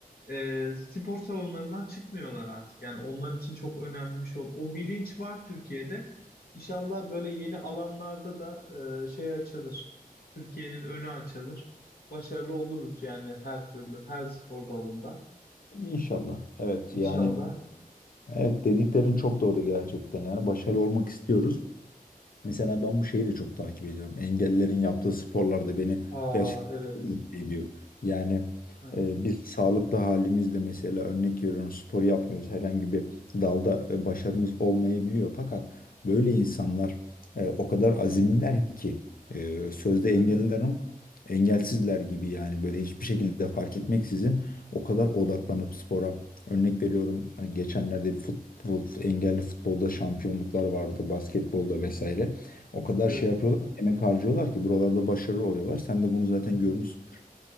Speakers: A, on the left (about 85°); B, on the left (about 70°).
A: e, spor salonlarından çıkmıyorlar artık. Yani onlar için çok önemli bir şey oldu. O bilinç var Türkiye'de. İnşallah böyle yeni alanlarda da e, şey açılır. Türkiye'nin önü açılır. Başarılı oluruz yani her türlü, her spor dalında.
B: İnşallah. Evet
A: İnşallah.
B: yani evet dediklerin çok doğru gerçekten. Yani başarılı olmak istiyoruz. Mesela ben bu şeyi de çok takip ediyorum. Engellilerin yaptığı sporlar da beni
A: Aa
B: gerçekten
A: evet.
B: çok mutlu ediyor. Yani
A: Ha,
B: e, biz sağlıklı halimizde mesela örnek veriyorum spor yapmıyoruz. Herhangi bir dalda e, başarımız olmayabiliyor. Fakat böyle insanlar e, o kadar azimliler ki e, sözde
A: Evet.
B: engelliler ama engelsizler gibi yani böyle hiçbir şekilde fark etmeksizin o kadar odaklanıp spora örnek veriyorum e, geçenlerde futbol engelli futbolda şampiyonluklar vardı basketbolda vesaire. O kadar
A: Evet.
B: şey yapıyorlar, emek harcıyorlar ki buralarda başarılı oluyorlar. Sen de bunu zaten
A: Hı hı.
B: görmüşsündür.